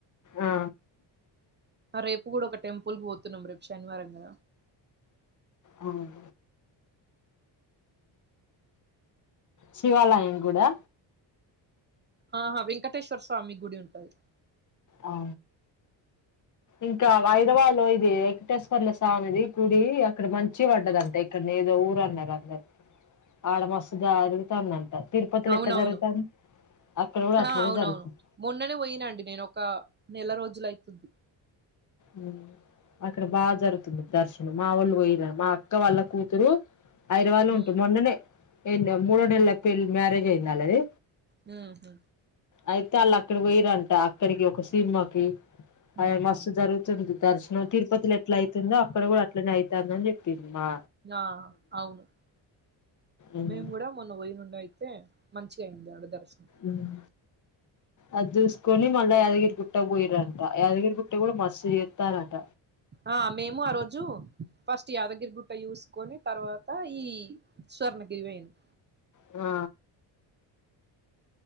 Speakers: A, on the left (about 40°); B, on the right (about 25°).
A: ఆ
B: రేపు కూడా ఒక టెంపుల్కు పోతున్నం రేపు శనివారం గా
A: అవున్ శివాలయం గుడా
B: ఆహా వెంకటేశ్వర స్వామి గుడి ఉంటది
A: ఆ ఇంకా వైరవాలు ఇది వెంకటేశ్వర్ల స్వామిది గుడి అక్కడ మంచిగ పడ్డదంట <unintelligible> అక్కడ ఏదో ఊరు అన్నారు అందరూ ఆడ మస్తుజరుగుతాందట తిరుపతిలో
B: అవునవును
A: ఎట్ల జరుగుతాంది అక్కడ కూడా
B: ఆ
A: అట్లనే
B: అవునవును
A: జరుగుతుంది
B: మొన్ననే పోయినండి నేను ఒక నెల రోజుల అయితుంది
A: ఉమ్ అక్కడ బా జరుగుతుంది దర్శనం మా వాళ్ళు పోయిర మా అక్క వాళ్ళ కూతురు హైదరాబాదులో
B: ఉమ్
A: ఉంటు మొన్ననే <unintelligible> మూడో నెలలో పెళ్లి మ్యారేజ్ అయింది వాళ్లది
B: మ్ హు
A: అయితే వాళ్ళు అక్కడ పోయిరంట అక్కడికి ఒక సినిమాకి అ
B: ఉహు
A: మస్తు జరుగు తుంది దర్శనం తిరుపతిలో ఎట్లా అయితుందో అక్కడ కూడా అట్లనే అయి తాందని చెప్పింది మా
B: ఆ అవును
A: ఉమ్
B: మేము కూడా మొన్న పోయి నుండి అయితే మంచిగా అయింది ఆడ దర్శనం
A: ఉమ్ అది చూసుకొని మళ్ళ యాదగిరి గుట్ట పోయిర్రంట యాదగిరి గుట్ట కూడా మస్త్ చేత్తారంట
B: ఆ మేము ఆ రోజు ఫస్ట్ యాదగిరిగుట్ట చూసుకొని తర్వాత ఈ స్వర్ణగిరి పోయింది
A: ఆ